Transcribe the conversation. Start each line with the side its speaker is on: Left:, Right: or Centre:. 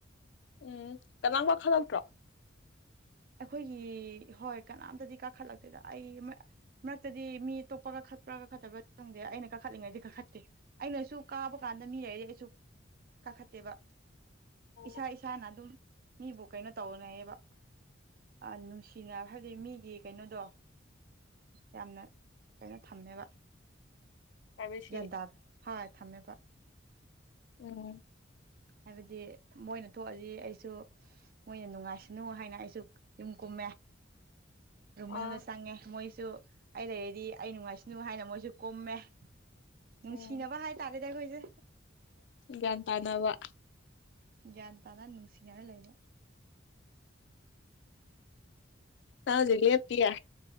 Left: ꯎꯝ ꯀꯅꯥ ꯋꯥ ꯈꯜꯂꯛꯇ꯭ꯔꯣ
Right: ꯑꯩꯈꯣꯏꯒꯤ ꯍꯣꯏ ꯀꯅꯥꯝꯇꯗꯤ ꯀꯥꯈꯠꯂꯛꯇꯦꯗ ꯑꯩ ꯃꯔꯛꯇꯗꯤ ꯃꯤ ꯇꯣꯞꯄꯒ ꯈꯠꯄ꯭ꯔꯥꯒ ꯈꯠꯇꯕ꯭ꯔꯥ ꯈꯪꯗꯦ ꯑꯩꯅ ꯀꯥꯈꯠꯂꯤꯉꯩꯗꯤ ꯀꯥꯈꯠꯇꯦ ꯑꯩꯅꯁꯨ ꯀꯥꯕ ꯀ ꯀꯥꯟꯗ ꯃꯤ ꯂꯩꯔꯗꯤ ꯑꯩꯁꯨ ꯀꯥꯈꯠꯇꯦꯕ
Left: ꯑꯣ
Right: ꯏꯁꯥ ꯏꯁꯥꯅ ꯑꯗꯨꯝ ꯃꯤꯕꯨ ꯀꯩꯅꯣ ꯇꯧꯅꯩꯌꯦꯕ ꯑ ꯅꯨꯡꯁꯤꯅꯕ ꯍꯥꯏꯗꯤ ꯃꯤꯒꯤ ꯀꯩꯅꯣꯗꯣ ꯌꯥꯝꯅ ꯀꯩꯅ ꯊꯝꯅꯦꯕ
Left: ꯄ꯭ꯔꯥꯏꯚꯦꯁꯤ
Right: ꯒ꯭ꯌꯥꯟ ꯇꯥꯕ ꯍꯣꯏ ꯊꯝꯃꯦꯕ
Left: ꯎꯝ
Right: ꯍꯥꯏꯕꯗꯤ ꯃꯣꯏꯅ ꯊꯣꯛꯑꯗꯤ ꯑꯩꯁꯨ ꯃꯣꯏꯅ ꯅꯨꯡꯉꯥꯏꯁꯅꯨ ꯍꯥꯏꯅ ꯑꯩꯁꯨ ꯌꯨꯝ ꯀꯨꯝ ꯔꯨꯝꯃꯤꯗ
Left: ꯑꯥ
Right: ꯆꯪꯉꯦ ꯃꯣꯏꯁꯨ ꯑꯩ ꯂꯩꯔꯗꯤ ꯑꯩ ꯅꯨꯡꯉꯥꯏꯁꯅꯨ ꯍꯥꯏꯅ ꯃꯣꯏꯁꯨ ꯀꯨꯝꯃꯦ ꯅꯨꯡꯁꯤꯅꯕ
Left: ꯎꯝ
Right: ꯍꯥꯏꯇꯥꯥꯔꯦ ꯗꯣꯏꯁꯦ
Left: ꯒ꯭ꯌꯥꯟ ꯇꯥꯅꯕ
Right: ꯠ ꯇꯔꯥ ꯅꯅꯨꯡꯁꯤ ꯉꯅ ꯂꯩꯕ
Left: ꯍꯥꯎꯖꯂ ꯄꯌꯥ